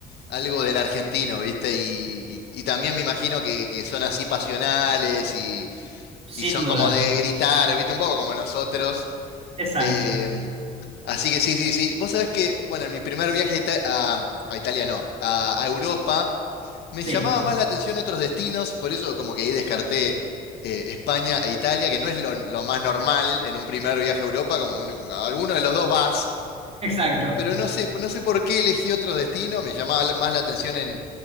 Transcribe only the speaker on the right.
Sin
duda.
Exacto.
Sí,
exacto.